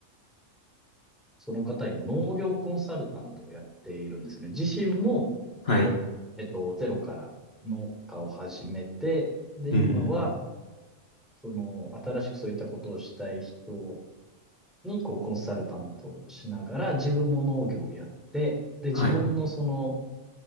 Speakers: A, in the centre; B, on the left.
A: その方今農業コンサルタントをやっているんですね。自身も、
B: はい、
A: えっと、ゼロから農家を始めて、で、
B: うん、
A: 今は、その、新しくそういったことをしたい人に、こう、コンサルタントをしながら、自分も農業をやって、で、自分のその
B: はい、